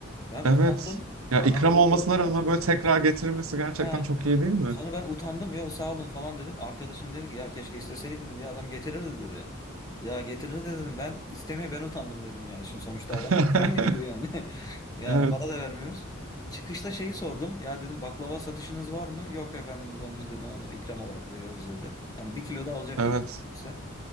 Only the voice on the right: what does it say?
evet.
Ya
ikram
olmasına
rağmen böyle tekrar getirilmesi gerçekten
çok iyi değil mi?
<laughs>
Evet,
evet,